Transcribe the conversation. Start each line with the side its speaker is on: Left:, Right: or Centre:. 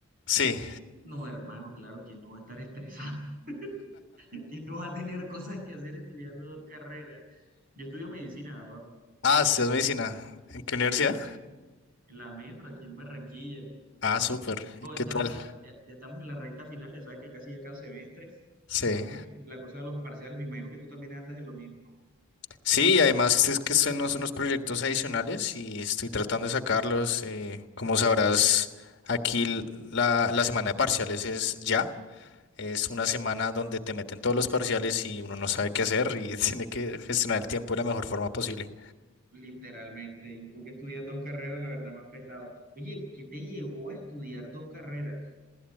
Left: Sí.
Right: No, hermano, claro, ¿quién no va a estar estresado? ¿Quién no va a tener cosas que hacer estudiando dos carreras? Yo estudio medicina, papá.
Left: Ah, estudias medicina. ¿En qué
Right: Sí,
Left: universidad?
Right: en la metro, aquí en Barranquilla.
Left: Ah, súper.
Right: Yo
Left: ¿Y qué
Right: estaba,
Left: tal?
Right: ya, ya estamos en la recta final, ya sabes que casi ya cada semestre.
Left: Sí.
Right: Estamos en la cosa de los parciales. Me imagino que tú también andas en lo mismo, ¿no?
Left: Sí, y además es que son unos, unos proyectos adicionales y estoy tratando de sacarlos. eh, como sabrás, aquí l- la, la semana de parciales es ya. Es una semana donde te meten todos los parciales y uno no sabe qué hacer y <laughs> tiene que gestionar el tiempo de la mejor forma posible.
Right: Literalmente. Y tú que estudias dos carreras, la verdad, más pesado. Oye, ¿qué te llevó a estudiar dos carreras?